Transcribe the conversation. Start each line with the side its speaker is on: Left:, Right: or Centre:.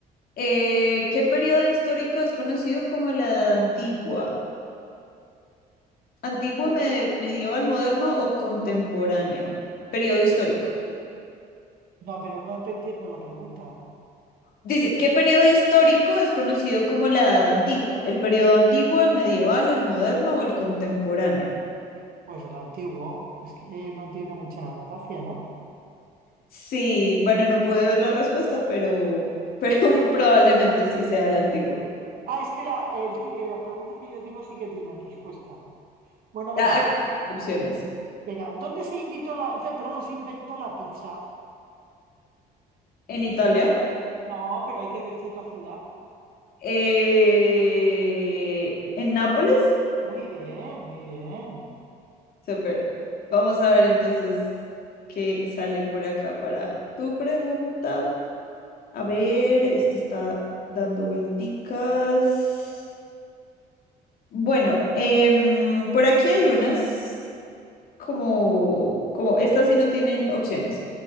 Left: Eh, ¿qué periodo histórico es conocido como la Edad Antigua? ¿Antiguo,
Right: Ve-
Left: me- medieval, moderno o contemporáneo? Periodo histórico.
Right: No, pero no te entiendo la pregunta.
Left: Dice, ¿qué periodo histórico es conocido como la Edad Antigua? ¿El periodo antiguo, el medieval, el moderno o el contemporáneo?
Right: Pues el antiguo, es que no tiene mucha gracia, ¿no?
Left: Sí, bueno, no pude ver la respuesta, pero, pero <laughs> probablemente sí sea el antiguo.
Right: Ah, es que la- el ti- eh, las preguntas que yo tengo sí que tienen respuesta. Bueno, venga,
Left: Ya, aquí hay opciones.
Right: venga. ¿Dónde se invitó la, eh, perdón, se inventó la pizza?
Left: ¿En Italia?
Right: No, pero hay que decir la ciudad.
Left: Eh, ¿en Nápoles?
Right: Muy bien, muy bien.
Left: Súper. Vamos a ver entonces qué sale por acá para tu pregunta. A ver, esto está dando vuelticas. Bueno, em, por aquí hay unas como, como estas sí no tienen opciones.